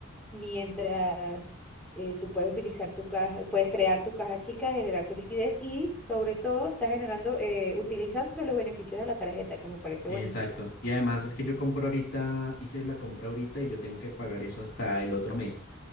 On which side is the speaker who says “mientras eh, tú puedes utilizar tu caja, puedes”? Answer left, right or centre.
Centre